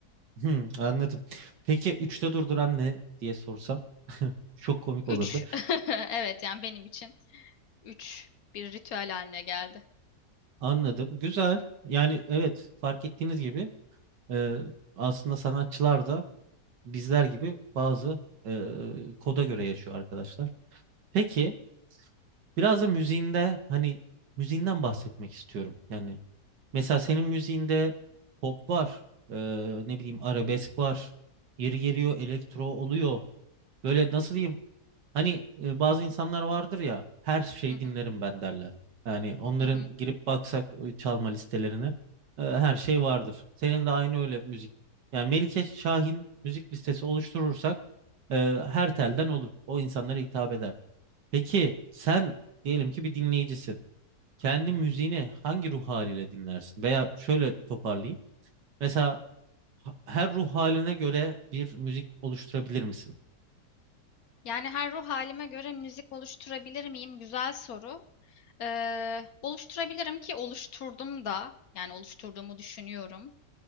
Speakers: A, on the right; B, on the left.
A: Hmm, anladım. Peki üçte durduran ne diye sorsam <laughs> çok komik olurdu.
B: Üç. <laughs> Evet yani benim için üç bir ritüel haline geldi.
A: Anladım. Güzel. Yani evet fark ettiğiniz gibi e, aslında sanatçılar da bizler gibi bazı e, koda göre yaşıyor arkadaşlar. Peki biraz da müziğinde hani müziğinden bahsetmek istiyorum. Yani mesela senin müziğinde pop var, e, ne bileyim arabesk var, yeri geliyor elektro oluyor. Böyle nasıl diyeyim? Hani e, bazı insanlar vardır ya her şeyi
B: Hı hı,
A: dinlerim ben derler. Yani onların
B: hı hı.
A: girip baksak e, çalma listelerine e, her şey vardır. Senin de aynı öyle müzik. Yani Melike Şahin müzik listesi oluşturursak e, her telden olur. O insanlara hitap eder. Peki sen diyelim ki bir dinleyicisin. Kendi müziğini hangi ruh haliyle dinlersin? Veya şöyle toparlayayım. Mesela ha- her ruh haline göre bir müzik oluşturabilir misin?
B: Yani her ruh halime göre müzik oluşturabilir miyim? Güzel soru. Ee, oluşturabilirim ki oluşturdum da yani oluşturduğumu düşünüyorum.